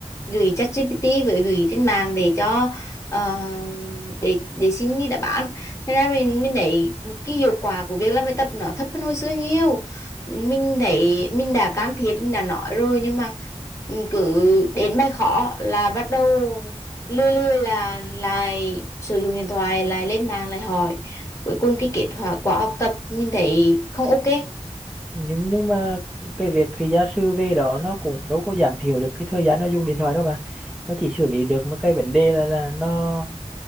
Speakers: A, on the left; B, in the centre.
A: gửi ChatGPT với gửi trên mạng để cho ờ, để để xin đi đáp án thế ra mình mình thấy cái hiệu quả của việc làm bài tập nó thấp hơn hồi xưa nhiều mình thấy mình đã can thiệp mình đã nói rồi nhưng mà ừ, cứ đến bài khó là bắt đầu lươi lươi là lại sử dụng điện thoại lại lên mạng lại hỏi cuối cùng cái kết quả quả học tập mình thấy không ok
B: nhưng nhưng mà cái việc thì gia sư về đó nó cũng đâu có giảm thiểu được cái thời gian nó dùng điện thoại đâu bạn nó chỉ xử lý được một cái vấn đề là là nó